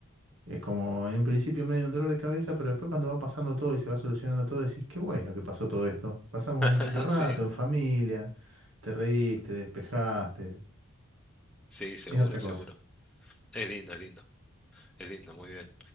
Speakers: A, on the right; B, in the centre.
A: es como en un principio medio un dolor de cabeza, pero después cuando va pasando todo y se va solucionando todo, decís, qué bueno que pasó todo esto. Pasamos un
B: <laughs>
A: lindo rato
B: Sí,
A: en familia, te reíste, despejaste,
B: sí, seguro,
A: es otra cosa.
B: seguro. Es lindo, es lindo, es lindo, muy bien.